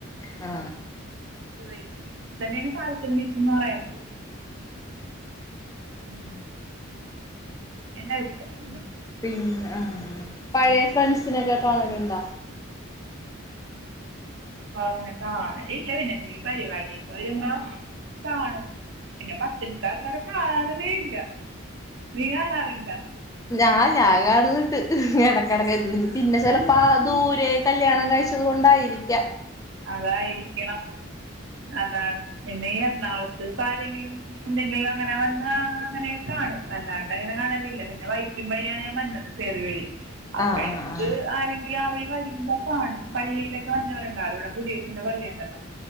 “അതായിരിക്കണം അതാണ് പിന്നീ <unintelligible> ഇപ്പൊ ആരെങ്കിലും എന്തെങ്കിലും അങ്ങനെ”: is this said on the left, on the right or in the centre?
Right